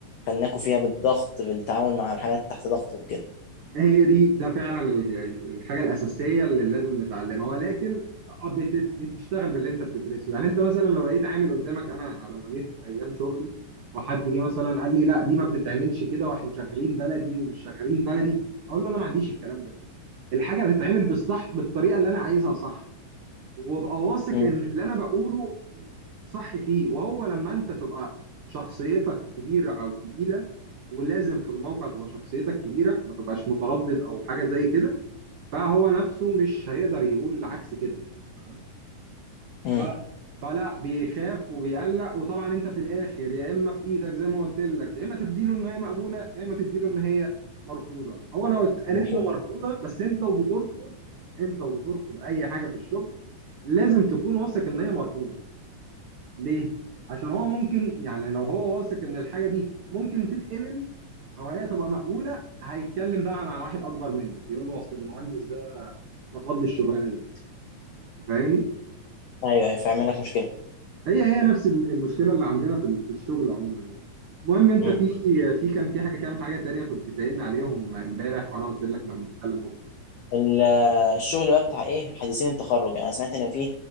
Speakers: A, on the left (about 80°); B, on the right (about 80°).
A: خلناكوا فيها بالضغط بالتعامل مع الحاجات تحت ضغط وكده
B: هي دي ده فعلا ال- ال- الحاجه الاساسيه اللي لازم نتعلمها ولكن آه بت- بتشتغل باللي انت بتدرسه يعني انت مثلا لو لقيت عامل قدامك انا لما جه في ايام شغلي وحد جه مثلا قال لي لا دي ما بتتعملش كده واحنا شغالين بلدي ومش شغالين بلدي اقول له انا ما عنديش الكلام ده الحاجه هتتعمل بالصح بالطريقه اللي انا عايزها صح وابقى واثق
A: مم.
B: ان اللي انا بقوله صح فيه وهو لما انت تبقى شخصيتك كبيره او تقيله ولازم في الموقع تبقى شخصيتك كبيره ما تبقاش متردد او حاجه زي كده فهو نفسه مش هيقدر يقول عكس كده تمام
A: مم.
B: ف... فلا بيخاف وبيقلق وطبعا انت في الاخر يا اما في ايدك زي ما قلت لك يا اما تديله ان هي مقبوله يا اما تديله ان هي مرفوضه هو لو اتقالت
A: مفهوم.
B: له مرفوضه بس انت وبترفض انت وبترفض اي حاجه في الشغل لازم تكون واثق ان هي مرفوضه ليه عشان هو ممكن يعني لو هو واثق ان الحاجه دي ممكن تتقبل او هي تبقى مقبوله هيتكلم بقى مع واحد اكبر منك يقول له اصل المهندس ده رفض لي الشغلانه دي فاهمني
A: ايوه ايوه فيعمل لك مشكله
B: هي هي نفس المشكله اللي عندنا في في الشغل عموما يعني المهم انت
A: مم.
B: في في كان في حاجه كام حاجه تانية كنت سألني عليهم امبارح وانا قلت لك لما نتكلم بكره
A: ال- الشغل بقى بتاع ايه حديثين التخرج يعني انا سمعت ان فيه